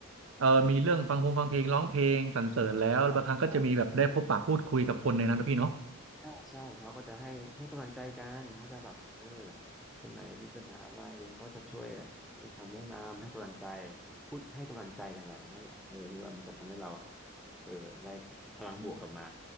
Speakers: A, on the right; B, in the centre.
A: เอ่อมีเรื่องฟังพงฟังเพลงร้องเพลงสรรเสริญแล้วบางครั้งก็จะมีแบบได้พบปะพูดคุยกับคนในนั้นนะพี่เนาะ
B: ใช่ใช่ใช่ใช่ใช่เขาก็จะให้ให้กำลังใจกันเขาจะแบบเออคนไหนมีปัญหาอะไรเขาก็จะช่วยให้คำแนะนำให้กำลังใจพูดให้กำลังใจกันแหละนั่นแหละเออพี่ว่ามันก็ทำให้เราเออได้พลังบวกกลับมา